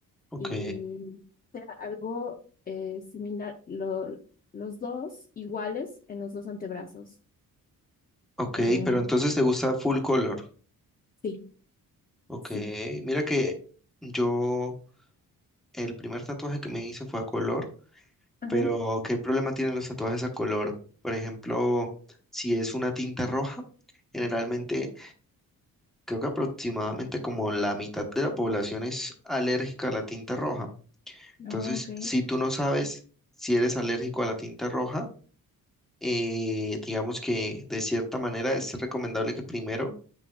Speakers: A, in the centre; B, on the left.
A: Ok,
B: y sea algo eh, similar, lo- los dos iguales en los dos antebrazos.
A: ok,
B: Eh,
A: pero entonces te gusta full color.
B: sí,
A: Ok,
B: sí.
A: mira que yo, el primer tatuaje que me hice fue a color,
B: Ajá.
A: pero ¿qué problema tienen los tatuajes a color? Por ejemplo, si es una tinta roja, generalmente creo que aproximadamente como la mitad de la población es alérgica a la tinta roja. Entonces,
B: Ah, ok.
A: si tú no sabes si eres alérgico a la tinta roja, eh, digamos que de cierta manera es recomendable que primero